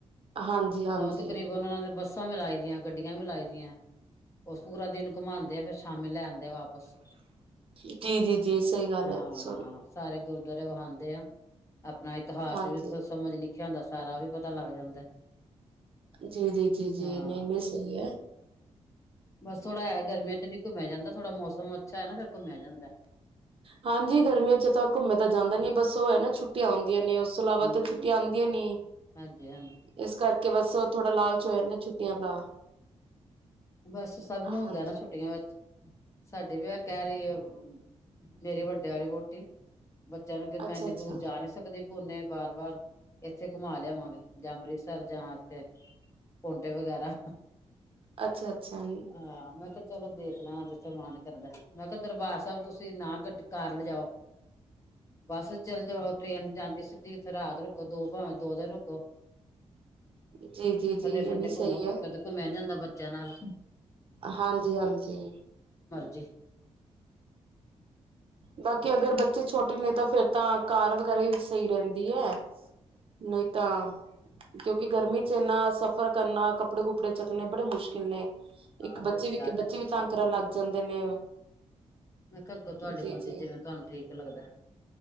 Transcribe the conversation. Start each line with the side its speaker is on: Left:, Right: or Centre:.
Right: ਹਾਂਜੀ ਹਾਂਜੀ
Left: ਆਹ ਤਕਰੀਬਨ ਉਹਨਾਂ ਦੇ ਬੱਸ ਬੱਸਾਂ ਵੀ ਲਾਈ ਦੀਆਂ ਗੱਡੀਆਂ ਵੀ ਲਾਈ ਦੀਆਂ ਉਸ ਪੂਰਾ ਦਿਨ ਘੁਮਾਦੇ ਆ ਫੇਰ ਸ਼ਾਮੀ ਲੈ ਆਂਦੇ ਤੇ ਵਾਪਸ
Right: ਜੀ ਜੀ ਜੀ ਸਹੀ ਗੱਲ
Left: ਹਾਂ
Right: ਹੈ ਸੋਰੀ
Left: ਸਾਰੇ ਗੁਰਦੁਆਰੇ ਵਖਾਂਉਂਦੇ ਆ ਆਪਣਾ ਇਤਿਹਾਸ
Right: ਹਾਂਜੀ।
Left: ਵੀ ਸਮਝ ਲਿਖਿਆ ਹੁੰਦਾ ਸਾਰਾ ਵੀ ਪਤਾ ਲੱਗ ਜਾਂਦਾ
Right: ਜੀ ਜੀ ਜੀ ਜੀ
Left: ਹਾਂ
Right: ਨਹੀਂ ਨਹੀਂ ਸਹੀ ਹੈ।
Left: ਬਸ ਥੋੜਾ ਹੈ ਗਰਮੀਆਂ ਚ ਨੀ ਘੁੰਮਿਆ ਜਾਂਦਾ ਥੋੜਾ ਮੌਸਮ ਅੱਛਾ ਹੈ ਨਾ ਫਿਰ ਘੁੰਮਿਆ ਜਾਂਦਾ ਹੈ।
Right: ਹਾਂਜੀ ਗਰਮੀਆਂ ਚ ਤਾਂ ਘੁੰਮੇ ਤਾਂ ਜਾਂਦਾ ਨੀ ਬਸ ਸਭ ਤੋਂ ਪਹਿਲਾਂ ਛੁੱਟੀਆਂ ਨੇ ਉਸ ਤੋਂ ਇਲਾਵਾ
Left: ਹਮ
Right: ਤਾਂ ਛੁੱਟੀਆਂ ਆਦੀਆਂ ਨੀ
Left: ਹਾਂਜੀ ਹਾਂਜੀ
Right: ਇਸ ਕਰਕੇ ਕੇ ਬਸ ਉਹ ਥੋੜਾ ਲਾਲਚ ਹੋਇਆ ਨੇ ਛੁੱਟੀਆਂ ਦਾ
Left: ਬਸ ਸਭ
Right: ਹਾਂਜੀ
Left: ਨੂੰ ਹੁੰਦਾ ਨਾ ਛੁੱਟੀਆਂ ਵਿੱਚ ਸਾਡੀ ਵੀ ਕਹਿ ਰਹੀ ਮੇਰੀ ਵੱਡੇ ਵਾਲੀ ਵਹੁਟੀ ਬੱਚਿਆਂ ਨੂੰ ਕਿ
Right: ਅੱਛਾ
Left: ਮੈਂ ਇੰਨੀ
Right: ਅੱਛਾ
Left: ਦੂਰ ਜਾ ਨਹੀਂ ਸਕਦੀ। ਪੁੰਨੇ ਬਾਰ ਬਾਰ ਇੱਥੇ ਘੁੰਮਾ ਲਿਆਵਾਂਗੇ ਜਾਂ ਅੰਮ੍ਰਿਤਸਰ ਜਾਂ ਇੱਥੇ ਪੋਂਡੇ ਵਗੈਰਾ।
Right: ਅੱਛਾ ਅੱਛਾ
Left: ਆਹ ਮੈਂ ਕਿਹਾ ਚਲੋ ਦੇਖ ਲੈਣਾ ਜਿੱਥੇ ਮਨ ਕਰਦਾ ਮੈਂ ਕਿਹਾ ਦਰਬਾਰ ਸਾਹਿਬ ਤੁਸੀਂ ਨਾ ਗੱਡੀ ਕਾਰ ਲਿਜਓ ਬੱਸ ਚਲੇ ਜਾਓ ਟ੍ਰੇਨ ਜਾਂਦੀ ਸਿੱਧੀ ਉਥੇ ਰਾਤ ਰੁਕੋ ਦੋ ਭਾਵੇਂ ਦੋ ਦਿਨ ਰੁਕੋ
Right: ਜੀ ਜੀ ਜੀ
Left: ਸੰਡੇ ਸੰਡੇ
Right: ਇਹ ਵੀ ਸਹੀ
Left: ਘੁੰਮੋ
Right: ਹੈ
Left: ਧੁੱਪੇ ਦੇਖੋ ਮੈਂ ਨਹੀਂ ਜਾਦਾ। ਬੱਚਿਆਂ ਨਾਲ
Right: ਹਾਂਜੀ ਹਾਂਜੀ।
Left: ਜੀ
Right: ਬਾਕੀ ਅਗਰ ਬੱਚੇ ਛੋਟੇ ਨੇ ਤਾਂ ਫੇਰ ਤਾਂ ਕਾਰ ਵਗ਼ੈਰਾ ਹੀ ਸਹੀ ਰਹਿੰਦੀ ਹੈ। ਨਹੀਂ ਤਾਂ ਕਿਉਂਕਿ ਗਰਮੀ ਚ ਨਾ ਸਫਰ ਕਰਨਾ ਕੱਪੜੇ ਕੁਪੜੇ ਚੱਕਣੇ ਬੜੇ ਮੁਸ਼ਕਿਲ ਕਿੰਨੇ ਇੱਕ
Left: ਇਹ
Right: ਬੱਚੇ
Left: ਤੇ
Right: ਵੀ
Left: ਗੱਲ
Right: ਬੱਚੇ
Left: ਹੈ
Right: ਵੀ ਤੰਗ ਲੱਗ ਜਾਂਦੇ ਨੇ।
Left: ਮੈ ਕਿਹਾ ਅੱਗੋ ਤੁਹਾਡੇ
Right: ਜੀ ਜੀ
Left: ਜਿਵੇਂ ਤੁਹਾਨੂੰ ਠੀਕ ਲੱਗਦਾ